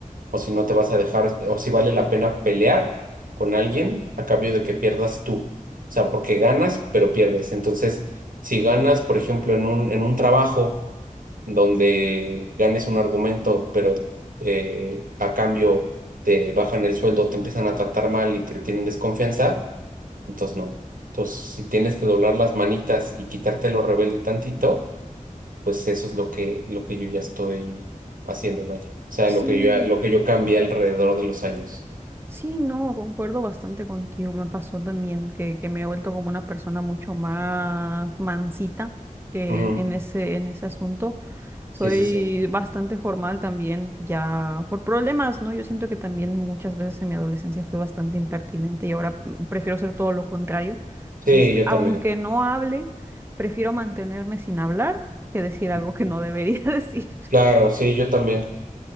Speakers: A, on the right (about 80°); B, on the right (about 15°).
A: o si no te vas a dejar, o si vale la pena pelear con alguien a cambio de que pierdas tú. O sea, porque ganas, pero pierdes. Entonces, si ganas, por ejemplo, en un, en un trabajo donde ganes un argumento, pero eh, a cambio te bajan el sueldo, te empiezan a tratar mal y te tienen desconfianza, entonces no. Entonces, si tienes que doblar las manitas y quitarte lo rebelde tantito, pues eso es lo que, lo que yo ya estoy haciendo, vaya. O sea,
B: Sí,
A: lo que yo, ya- lo que yo cambié alrededor de los años.
B: sí, no, concuerdo bastante contigo. Me pasó también que, que me he vuelto como una persona mucho más mansita eh,
A: Ujú.
B: en ese, en ese asunto. Soy
A: Sí, sí, sí.
B: bastante formal también, ya por problemas, ¿no? Yo siento que también muchas veces en mi adolescencia fui bastante impertinente y ahora mm, prefiero ser todo lo contrario. Entonces,
A: Sí, yo
B: aunque
A: también.
B: no hable, prefiero mantenerme sin hablar que decir algo
A: Ujú.
B: que no debería <laughs> decir.
A: Claro, sí, yo también.